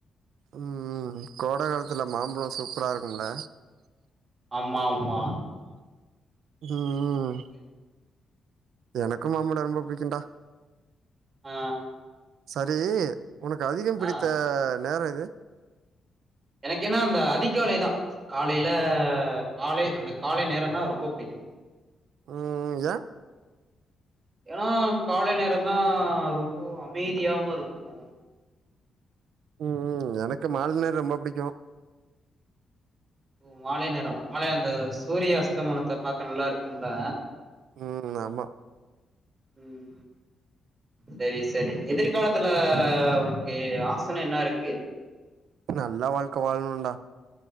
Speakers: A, on the right; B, on the right.
A: உம் கோட காலத்துல மாம்பழோ சூப்பரா இருக்கும்ல?
B: ஆமா ஆமா.
A: ம் எனக்கு மாம்பழோ ரொம்ப புடிக்குன்டா.
B: ஆ
A: சரி உனக்கு அதிகம் பிடித்த
B: ஆ
A: நேரோ எது?
B: எனக்கு என்ன அந்த அதிகாலைதா காலைல காலை அந்த காலை நேரந்தா ரொம்ப புடிக்கு.
A: ம் யேன்?
B: ஏன்னா காலை நேரந்தா ரொம்ப அமைதியாவு இருக்கு.
A: ம் ம் எனக்கு மால நேரோ ரொம்ப புடிக்கு.
B: ஓ மாலை நேரோ மாலை அந்த சூரிய அஸ்தமனத்த பாக்க நல்லா இருக்கும்ல?
A: ம் ஆமா.
B: ம் சரி சரி எதிர்காலத்துல உனக்கு ஆசன்னா என்ன இருக்கு?
A: நல்லா வாழ்க்க வாழனுண்டா